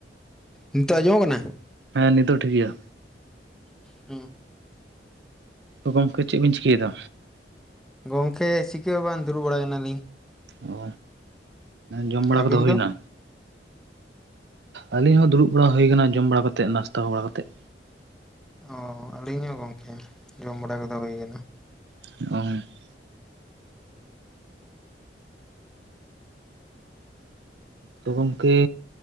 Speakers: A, in the centre; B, on the right.
A: ᱱᱤᱛᱳᱜ ᱟᱸᱡᱚᱢᱚᱜ ᱠᱟᱱᱟ᱾
B: ᱦᱮᱸ ᱱᱤᱛ ᱫᱚ ᱴᱷᱤᱠ ᱜᱮᱭᱟ᱾
A: ᱩᱸ
B: ᱛᱚ ᱜᱚᱝᱠᱮ ᱪᱮᱫ ᱵᱤᱱ ᱪᱤᱠᱟᱹᱭᱮᱫᱟ?
A: ᱜᱚᱝᱠᱮ ᱪᱤᱠᱟᱹ ᱦᱚᱸ ᱵᱟᱝ ᱫᱩᱲᱩᱵ ᱵᱟᱲᱟᱭ ᱠᱟᱱᱟᱞᱤᱧ᱾
B: ᱚ, ᱡᱚᱢ ᱵᱟᱲᱟ
A: ᱟᱹᱵᱤᱱ
B: ᱠᱚᱫᱚ ᱦᱩᱭ
A: ᱫᱚ
B: ᱱᱟ? ᱟᱹᱞᱤᱧ ᱦᱚᱸ ᱫᱩᱲᱩᱵ ᱵᱟᱲᱟ ᱦᱩᱭ ᱠᱟᱱᱟ, ᱡᱚᱢ ᱵᱟᱲᱟ ᱠᱟᱛᱮᱫ ᱱᱟᱥᱛᱟ ᱵᱟᱲᱟ ᱠᱟᱛᱮᱫ᱾
A: ᱚ, ᱟᱹᱞᱤᱧ ᱦᱚᱸ ᱜᱚᱝᱠᱮ ᱡᱚᱢ ᱵᱟᱲᱟ ᱠᱟᱫᱚ ᱦᱩᱭᱮᱱᱟ᱾
B: ᱚ ᱛᱚ, ᱜᱚᱝᱠᱮ